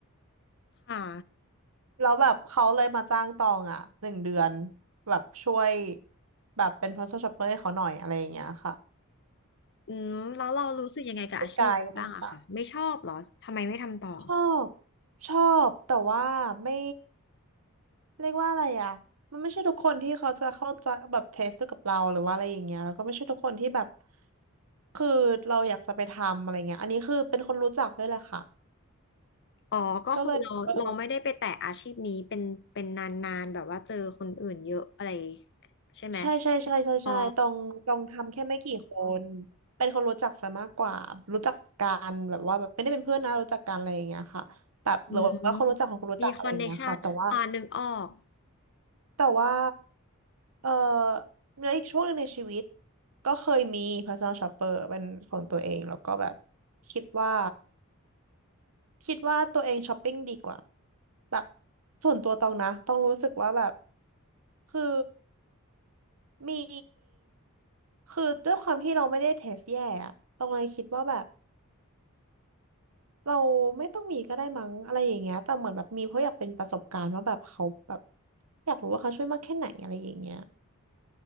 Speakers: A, on the left; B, on the right.
A: ค่ะ
B: แล้วแบบเขาเลยมาจ้างตองอะหนึ่งเดือนแบบช่วยแบบเป็น personal shopper ให้เขาหน่อยอะไรอย่างเงี้ยค่ะ
A: อืมแล้วเรารู้สึกยังไงกับอาชีพนี้บ้างอะค่ะไม่ชอบเหรอทำไมไม่ทำต่อ
B: สกายต่างๆชอบชอบแต่ว่าไม่ เรียกว่าอะไรอ่ะมันไม่ใช่ทุกคนที่เขาจะเข้าใจแบบเทสกับเราหรือว่าอะไรอย่างเงี้ยแล้วก็ไม่ใช่ทุกคนที่แบบคือเราอยากจะไปทำอะไรเงี้ยอันนี้คือเป็นคนรู้จักด้วยแหละค่ะ
A: อ๋อก็คือเราเราไม่ได้ไปแตะอาชีพนี้เป็นเป็นนานๆแบบว่าเจอคนอื่นเยอะอะไร
B: ก็เลยเออ
A: ใช่ไหม
B: ใช่ใช่ใช่ใช่ใช่ตรงตรงทำแค่ไม่กี่คน
A: อ๋อ
B: เป็นคนรู้จักซะมากกว่ารู้จักกันแบบว่าแบบไม่ได้เป็นเพื่อนนะรู้จักกันอะไรอย่างเงี้ยค่ะแบบหรือว่าคนรู้จักของคนรู้จักอะไรอย่างเงี้ยค่ะแต่ว่า
A: อืมมีคอนเน t ชันอ่านึกออก
B: แต่ว่าเออแล้วอีกช่วงหนึ่งในชีวิตก็เคยมี personal shopper เป็นของตัวเองแล้วก็แบบคิดว่าคิดว่าตัวเองช้อปปิ้งดีกว่าแบบส่วนตัวตองนะต้องรู้สึกว่าแบบคือมีคือด้วยความที่เราไม่ได้เทสแย่อะตองเลยคิดว่าแบบเราไม่ต้องมีก็ได้มั้งอะไรอย่างเงี้ยแต่เหมือนแบบมีเพราะอยากเป็นประสบการณ์ว่าแบบเขาแบบอยากรู้ว่าเขาช่วยมากแค่ไหนอะไรอย่างเงี้ย